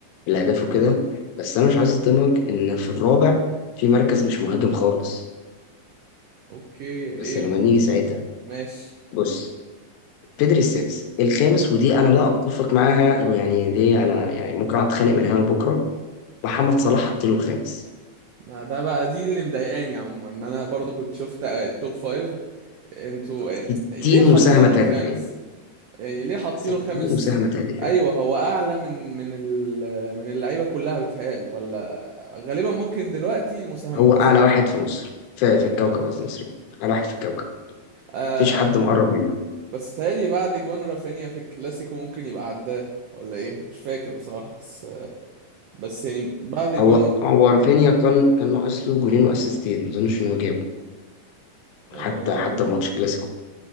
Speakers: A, on the left (about 75°); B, on the right (about 80°).
A: الاهداف وكده بس انا مش عايز اصدمك ان في الرابع في مركز مش مهاجم خالص
B: أوكي
A: بس
B: إيه
A: لما
B: م-
A: نيجي ساعتها
B: ماشي
A: بص بيدري السادس الخامس ودي انا لا اتفق معاها ويعني دي انا يعني ممكن اقعد اتخانق
B: مم.
A: من هنا لبكره محمد صلاح حاطينه الخامس
B: ما ده بقى دي اللي مضايقاني عموما إن أنا برضو كنت شفت التوب فايف انتوا
A: 60
B: يعني ليه حاطينه
A: مساهمه تهديفيه
B: الخامس؟ يعني ليه حاطينه
A: 60
B: الخامس
A: مساهمه تهديفيه
B: ايوه هو اعلى من من ال- من اللعيبه كلها بتهيالي ولا غالبا ممكن دلوقتي المساهم
A: هو اعلى
B: مسا...
A: واحد في مصر في, في الكوكب قصدي مصري اعلى واحد في الكوكب
B: آه
A: مفيش حد مقرب منه
B: بس تهيالي بعد جوان رافينيا في الكلاسيكو ممكن يبقى عداه ولا ايه مش فاكر بصراحه بس بس يعني بعد جوان
A: هو هو رافينيا كان كان ناقص له جولين واسيستين ما اظنش ان هو جابه
B: آه
A: حتى حتى ماتش كلاسيكو